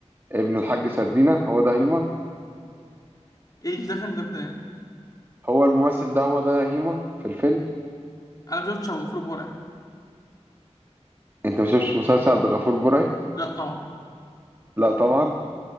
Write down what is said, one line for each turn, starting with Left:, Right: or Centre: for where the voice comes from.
Right: ابن الحاج سردينة هو ده هيما
Left: ايش دخل ده بده يعني
Right: هو الممثل ده هو ده هيما في الفيلم
Left: انا ما شفتش ابو غفور البرعي
Right: انت ما شفتش مسلسل عبد الغفور برعي
Left: لا طبعا
Right: لا طبعا